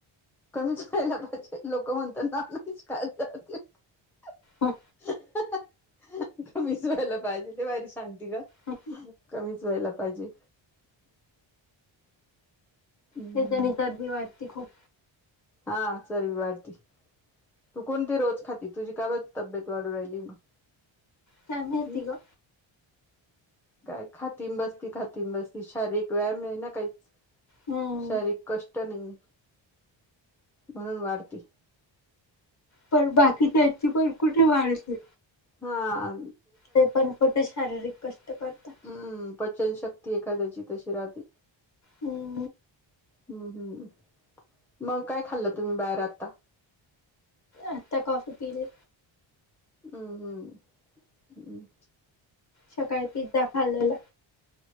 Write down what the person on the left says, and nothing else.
हं
हं.
त्याच्यानी तरी वाटते खूप.
सम्या
त गो
हम्म.
पण बाकीच्या याची पण कुठे वाढते
ते पण कुठे शारीरिक कष्ट करतात
हम्म
आचछा कॉफी पीले
सकाळी पिझ्झा खाल्लेला